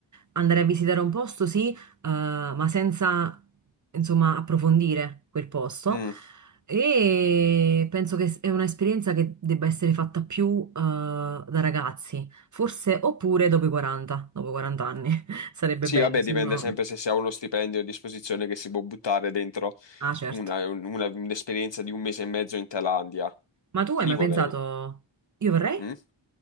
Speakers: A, on the right; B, on the left.
A: andare a visitare un posto, sì, eh, ma senza, insomma, approfondire quel posto.
B: Mm.
A: E penso che s- è un'esperienza che debba essere fatta più, eh, da ragazzi, forse oppure dopo i 40, dopo i 40 anni. <laughs> Sarebbe
B: Sì,
A: bello
B: vabbè,
A: se
B: dipende
A: uno...
B: sempre se si ha uno stipendio a disposizione che si può buttare dentro
A: Ah, certo.
B: una- una- un'esperienza di un mese e mezzo in Thailandia.
A: Ma tu
B: Lì
A: hai mai
B: vorrei.
A: pensato, io vorrei?
B: Mm?